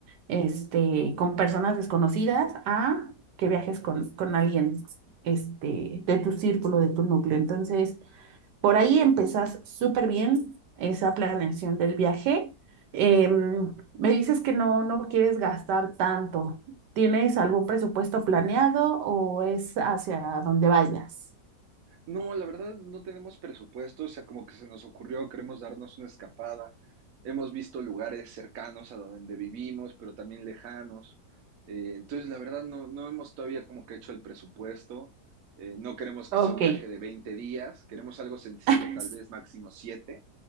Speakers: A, on the right; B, on the right.
A: este, con personas desconocidas, a que viajes con, con alguien, este, de tu círculo, de tu núcleo. Entonces, por ahí empezás súper bien esa planeación del viaje. Em, me dices que no, no quieres gastar tanto. ¿Tienes algún presupuesto planeado o es hacia donde vayas?
B: No, la verdad no tenemos presupuesto, o sea, como que se nos ocurrió, queremos darnos una escapada. Hemos visto lugares cercanos a donde vivimos, pero también lejanos. Eh, entonces, la verdad no, no hemos todavía como que hecho el presupuesto. Eh, no queremos que
A: Ok.
B: sea un viaje de 20 días, queremos algo sencillo,
A: <laughs>
B: tal vez máximo 7,